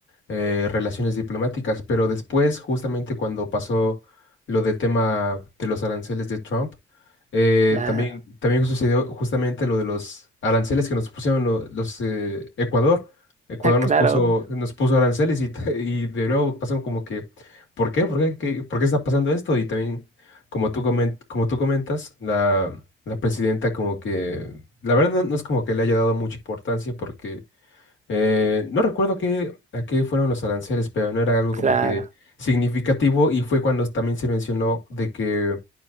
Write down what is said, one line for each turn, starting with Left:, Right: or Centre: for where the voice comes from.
Left: eh, relaciones diplomáticas, pero después, justamente cuando pasó lo del tema de los aranceles de Trump, eh,
Right: Claro,
Left: también, también sucedió justamente lo de los aranceles que nos pusieron lo- los, eh, Ecuador. Ecuador
Right: <laughs>
Left: nos
Right: claro,
Left: puso, nos puso aranceles y, <laughs> t- y de nuevo pasaron como que, ¿por qué? ¿Por qué? ¿Qué- ¿Por qué está pasando esto? Y también, como tú comen- como tú comentas, la, la presidenta como que, la verdad no no es como que le haya dado mucha importancia porque eh, no recuerdo qué, a qué fueron los aranceles, pero no era algo
Right: claro,
Left: como que significativo y fue cuando también se mencionó de que